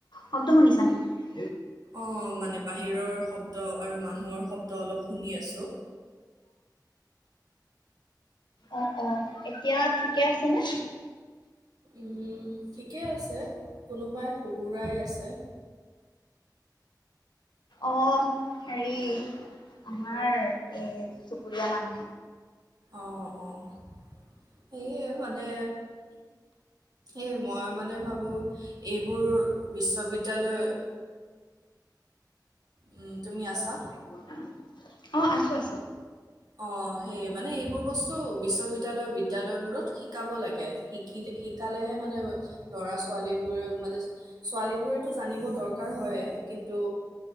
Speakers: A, on the left; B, on the right.
A: শব্দ শুনিছানেকি?
B: অঁ মানে বাহিৰৰ শব্দ আৰু মানুহৰ শব্দ অলপ শুনি আছোঁ।
A: অঁ অঁ এতিয়া ঠিকে আছেনে?
B: উম ঠিকেই আছে কোনোবাই শুহোৰাই আছে।
A: অ হেৰি আমাৰ এই। চুবুৰীয়া মানুহে
B: অঁ অঁ সেয়ে মানে এই মই মানে ভাবোঁ এইবোৰ বিশ্ববিদ্যালয় উম, তুমি আছা?
A: <unintelligible> অঁ আছোঁ আছোঁ।
B: অঁ সেয়ে মানে এইবোৰ বস্তু বিশ্ববিদ্যালয় বিদ্যালয়বোৰত শিকাব লাগে শিকি শিকালেহে মানে ল'ৰা ছোৱালীবোৰে মানে ছোৱালীবোৰেতো জানিব দৰকাৰ হয়েই কিন্তু